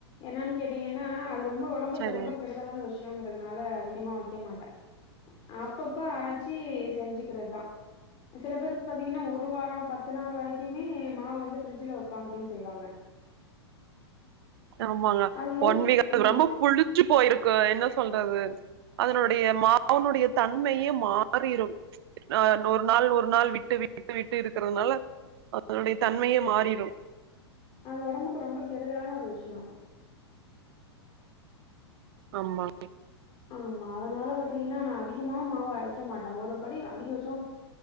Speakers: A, on the left; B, on the right.
A: என்னான் கேட்டீங்கனா அது ரொம்ப உடம்புக்கு
B: சரி
A: ரொம்ப கெடு க்கலான விஷயம்ங்குறதுனால அதிகமா வக்க மாட்ட அப்பப்ப அரச்சி செஞ்சுக்குறது தா சில பேர் பாத்தீங்கனா ஒரு வார பத் து நாள் வரைக்குமே மாவு வந்து ஃப்ரிட்ஜ்ல வப்ப அப்டின் சொல்லுவாங்க
B: ஆமாங்க
A: அது எவ்ளோ
B: ஒன் வீக் அது
A: ஆமா
B: ரொம்ப புளிச்சு போயிருக்கு என்ன சொல்றது அதனுடைய மாவுடய தன்மையே மாறிரு ஒரு நாள் ஒரு நாள் விட்டு விட்டு விட்டு இருக்குறனால அதனுடய தன்மையே மாறிடு
A: அது உடம்புக்கு ரொம்ப கெடுதலான ஒரு விஷய
B: ஆமா
A: ஆமா அதனால பாத்தீங்கனா நா அதிகமாவு மாவு அரைக்க மாட்ட ஒரு படி அதிகபட்ச